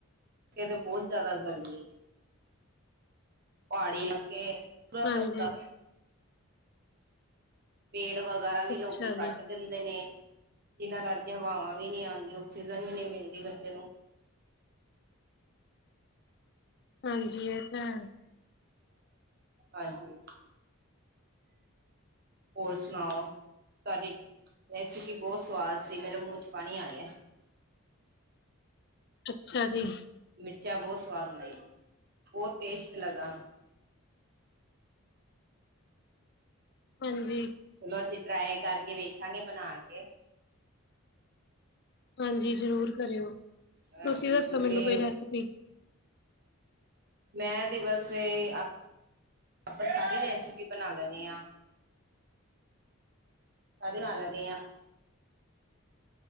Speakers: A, on the right (about 45°); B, on the left (about 50°).
A: ਥੇ ਤਾਂ ਬੋਤ ਜਾਦਾ ਗਰਮੀ ਏ, ਪਾੜੀ ਇਲਾਕੇ ਪੂਰਾ
B: ਹਾਂਜੀ
A: ਤਪਦਾ ਪੇਆ, ਪੇੜ ਵਗੈਰਾ ਵੀ
B: ਅੱਛਾ
A: ਲੋਕੀ ਕੱਟ
B: ਜੀ
A: ਦਿੰਦੇ ਨੇ, ਜਿਨਾਂ ਕਰਕੇ ਹਵਾਵਾਂ ਵੀ ਨੀ ਆਂਦੀ, ਆਕਸੀਜਨ ਵੀ ਨੀ ਮਿਲਦੀ ਬੰਦੇ ਨੂੰ।
B: ਹਾਂਜੀ, ਏ ਤਾਂ ਹੈ।
A: ਹਾਂਜੀ। ਹੋਰ ਸੁਨਾਓ, ਤੁਆਡੀ ਰੈਸਿਪੀ ਬੋਤ ਸਵਾਦ ਸੀ ਮੇਰੇ ਮੂੰਹ 'ਚ ਪਾਣੀ ਆ ਗਿਆ।
B: ਅੱਛਾ ਜੀ।
A: ਮਿਰਚਾਂ ਬਹੁਤ ਸਵਾਦ ਬਨਾਈ, ਬਹੁਤ ਟੇਸਟ ਲੱਗਾ।
B: ਹਾਂਜੀ।
A: ਚਲੋ ਅਸੀ ਟਰਾਏ ਕਰਕੇ ਵੇਖਾਂਗੇ ਬਣਾ ਕੇ।
B: ਹਾਂਜੀ ਜ਼ਰੂਰ ਕਰਯੋ, ਤੁਸੀ
A: ਹਾਂਜੀ
B: ਦੱਸੋ
A: ਤੁਸੀਂ
B: ਮੈਨੂੰ ਕੋਈ ਰੈਸੀਪੀ‌?
A: ਮੈਂ ਵੀ ਬਸ ਸੇ ਆ, ਪਾਂ ਸਾਰੀ ਰੈਸਪੀ ਬਣਾ ਲੈਨੇ ਆ। <unintelligible> ਸਾਰੀ ਬਨਾ ਲੈਨੀ ਆ।